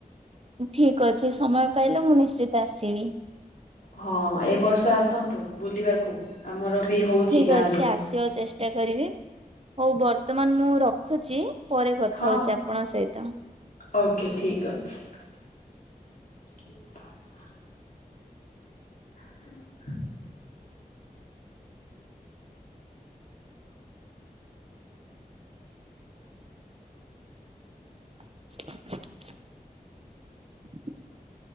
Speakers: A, on the right; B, on the left.
A: ଠିକ ଅଛି ସମୟ ପାଇଲେ ମୁଁ ନିଶ୍ଚିତ ଆସିବି।
B: ହଁ ଏ ବର୍ଷ ଆସନ୍ତୁ ବୁଲିବାକୁ। ଆମର ବି ହଉଛି
A: ଠିକ
B: ଗାଁ
A: ଅଛି
B: ରେ।
A: ଆସିବା ଚେଷ୍ଟା କରିବି। ହଉ ବର୍ତ୍ତମାନ ମୁଁ ରଖୁଛି। ପରେ କଥା
B: ହଁ
A: ହଉଛି ଆପଣଙ୍କ ସହିତ।
B: ଓକେ ଠିକ ଅଛି। <inaudible>
A: <unintelligible>